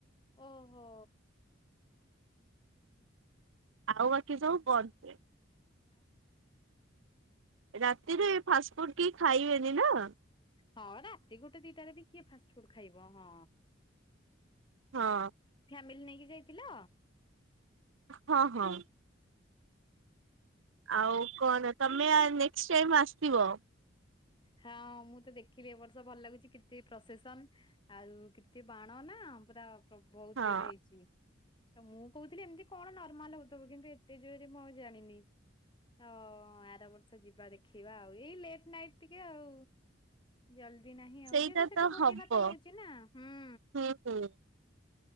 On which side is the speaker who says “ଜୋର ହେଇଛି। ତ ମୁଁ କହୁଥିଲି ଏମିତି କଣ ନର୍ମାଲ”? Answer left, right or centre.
Left